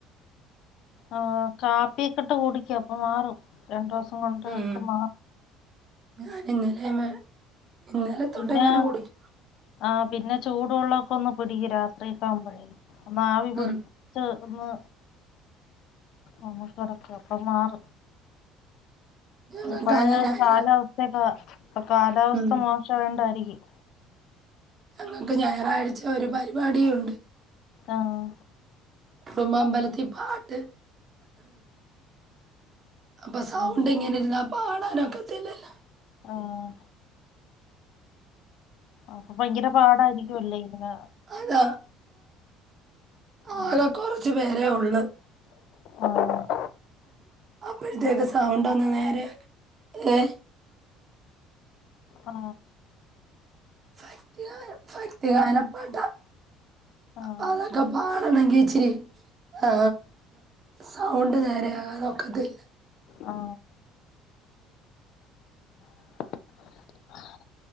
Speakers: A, on the left; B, on the right.
A: ആ കാപ്പിയൊക്കെ ഇട്ട് കുടിക്ക് അപ്പൊ മാറും രണ്ടു ദിവസം കൊണ്ട്
B: ഉം.
A: ഒക്കെ മാറും
B: ഞാൻ ഇന്നലെ ഇന്നലെ തൊട്ട്
A: പിന്നെ
B: ഇങ്ങനെ കുടിക്കാ
A: ആഹ് പിന്നെ ചൂടുവെള്ളമൊക്കെ ഒന്ന് പിടിക്ക് രാത്രി ഒക്ക ആവുമ്പോഴേ ഒന്ന് ആവി പിടിച്ച്
B: ഉം.
A: ഒന്ന് ആ കിടക്ക അപ്പം മാറും
B: ഞങ്ങക്ക്
A: ഇപ്പഴെ
B: അത് ഞായറാ
A: കാലാവസ്ഥയൊക്കെ ഇപ്പ കാലാവസ്ഥ
B: ഉം.
A: മോശാമായതു കൊണ്ടായിരിക്കും
B: ഞങ്ങൾക്ക് ഞായറാഴ്ച ഒരു പരിപാടിയും ഉണ്ട്
A: ആഹ്
B: കുടുംബമ്പലത്തിൽ പാട്ട് അപ്പൊ സൗണ്ട്
A: ആഹ്
B: ഇങ്ങനെ ഇരുന്ന പാടാനൊക്കത്തില്ലല്ലോ
A: ആഹ് അപ്പൊ ഭയങ്കര പാടായിരിക്കുംല്ലേ ഇങ്ങനെ
B: അതാ ആകെ
A: ആഹ്
B: കൊറച്ചു പേരെ ഉള്ളു
A: ആഹ്
B: അപ്പഴത്തേക്ക് സൗണ്ട് ഒന്ന് നേരെ ഏ
A: ആ
B: ഭക്തിഗ ഭക്തിഗാനപ്പാട്ട
A: ആഹ്
B: അ അതെക്കെ പാടണമെങ്കിൽ ഇച്ചരി ആ സൗണ്ട് നേരെ ആകാതെ ഒക്കത്തില്ല
A: ആ <inaudible>